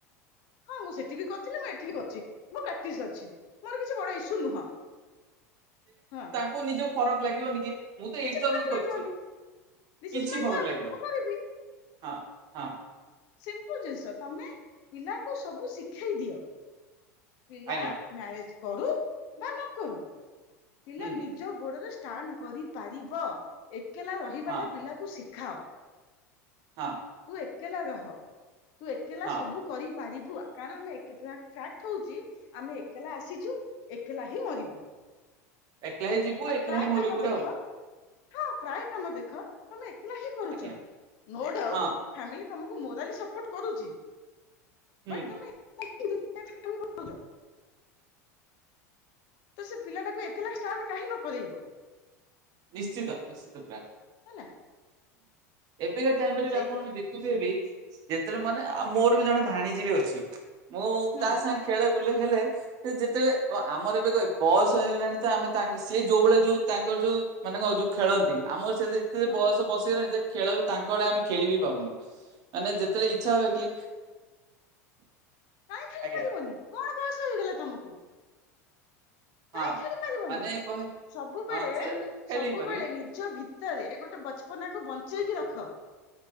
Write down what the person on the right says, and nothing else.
ମୋ ନିଜକୁ ଫରକ ଲାଗିବନି କି। ମୁଁ ତ
ଇଣ୍ଟର
ବ୍ୟୁ ହିଁ କରିଛି
କିଛି
ଫରକ
ଲାଗିବନି
ହଁ ହଁ।
ଆଜ୍ଞା
ହୁଁ
ହଁ
ହଁ
ହଁ
ଏକେଲା ହିଁ ଯିବୁ।
ଏକଲା
ହିଁ ମରିବୁ
ପୁରା
ଆଉ
ଆଜ୍ଞା
ହଁ
ହୁଁ
ନିଶ୍ଚିତ ନିଶ୍ଚିତ ମାମ।
ଏବେକା ଟାଇମ ରେ ବି
ଆପଣ ଦେଖ ଯେତେବେଳେ ମାନେ ଆ ମୋର ବି ଜଣେ ଭାଣିୀଜୀବୀ ଅଛି ମୁଁ
ତା ସାଙ୍ଗ ଖେଳେ ବୁଲେ ହେଲେ ସେ ଯେତେବେଳେ ଆମର ଏବେ କ ବୟସ ହେଇଗଲାଣି ତ ଆମେ ସେ ଯୋଉବେଳେ ଯୋଉ ତାଙ୍କର ଯୋଉ ମାନେ କ ଯୋଉ ଖେଳନ୍ତି ଆମର ସେ
ବୟସ ବସଗଲେଣି ଯେ ଖେଳ ବି ତାଙ୍କ ଆଡେ ଆମେ ଖେଳିିବ କରୁନୁ ମାନେ ଯେତେଳେ ଇଚ୍ଛା ହୁଏ କି
ଆଜ୍ଞା
ହଁ
ମାନେ କହେ
ହଁ ସେ ଖେଳି
ପାରିବ